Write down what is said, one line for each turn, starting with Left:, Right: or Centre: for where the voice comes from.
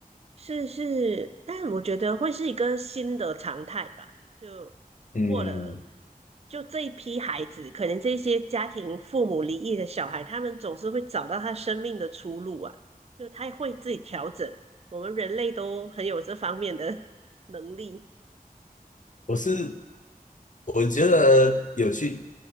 Right: 是是，但我觉得会是一个新的常态吧。就过了，
Left: 嗯，
Right: 就这一批孩子，可能这些家庭父母离异的小孩，他们总是会找到他生命的出路啊，就他会自己调整。我们人类都很有这方面的 <laughs> 能力。
Left: 我是我觉得有趣，